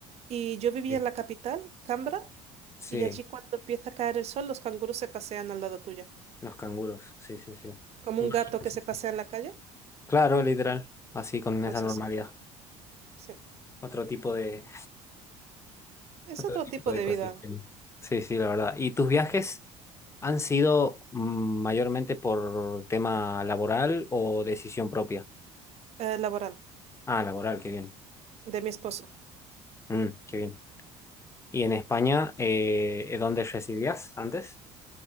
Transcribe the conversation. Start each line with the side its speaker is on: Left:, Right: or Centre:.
Right: Y yo vivía
Left: Sí.
Right: en la capital, Canberra,
Left: Sí,
Right: y allí cuando empieza a caer el sol, los canguros se pasean al lado tuyo.
Left: los canguros. Sí, sí, sí.
Right: Como
Left: Imagino,
Right: un gato que
Left: sí,
Right: se
Left: sí.
Right: pasea en la calle,
Left: Claro, literal. Así con esa
Right: pues
Left: normalidad.
Right: así, sí.
Left: Otro tipo de, <laughs>
Right: Es
Left: otro
Right: otro
Left: tipo
Right: tipo
Left: de
Right: de
Left: ecosistema.
Right: vida
Left: Sí, sí, la verdad. ¿Y tus viajes han sido mm, mayormente por tema laboral o decisión propia?
Right: eh, laboral
Left: Ah, laboral, qué bien.
Right: de mi esposo.
Left: Mm, qué bien. ¿Y en España, eh, eh, dónde residías antes?